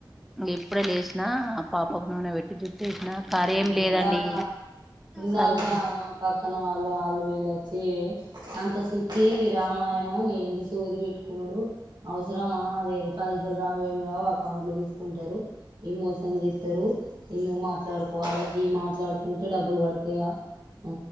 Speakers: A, in the centre; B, on the right.
A: ఇంగ ఇప్పుడే లేసినా పాపకు నూనె పెట్టి జుట్ కూడా దుగిన కరఏమి
B: అవునా
A: లేదండి
B: దాకా ఇందాక
A: కర్రీ వండ
B: మా పక్కన వాళ్ళు వాళ్ళు వీళొచ్చి అంత సుత్తి రామాయణం ఏందు సోది పెట్టుకున్డు అవసరమా వెయ్యి రూపాలు రావు ఏం రావు అకౌంట్లు తీసుకుంటారు ఈ మోసం చెప్తారు ఎందుకు మా మాట్లాడుకోవాలా మాట్లాడుకుంటే డబ్బులు పడతాయా ఆ